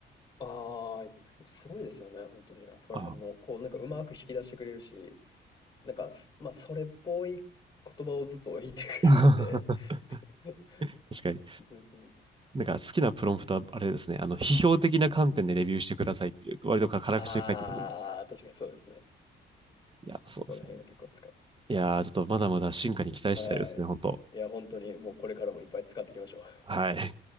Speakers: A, on the left; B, on the right.
A: ああ、すごいですよね、本当に、あそこら辺も。
B: ああ、
A: こうなんかうまく引き出してくれるし、なんか、すまあ、それっぽい言葉をずっと言ってくれるんで、
B: <laughs>
A: <laughs>
B: 確かに。
A: 全然
B: なんか好きなプロンプトはあれですね、あの、批評的な観点でレビューしてくださいっていうと、割と辛口に書いてくるんで。
A: ああ、確かにそうですね。
B: いや、そうですね
A: そこら辺は結構使う。
B: いやー、ちょっとまだまだ進化に期待したいですね、
A: はい。
B: 本当
A: いや、本当にもうこれからもいっぱい使っていきましょう。
B: はい。